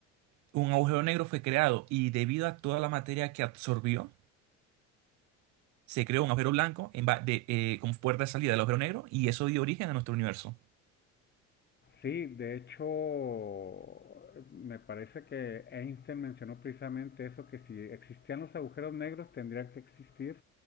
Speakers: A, on the right; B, on the left.
A: un agujero negro fue creado y debido a toda la materia que absorbió, se creó un agujero blanco en va- de, eh, como puerta de salida del agujero negro y eso dio origen a nuestro universo.
B: Sí, de hecho, me parece que Einstein mencionó precisamente eso, que si existían los agujeros negros, tendrían que existir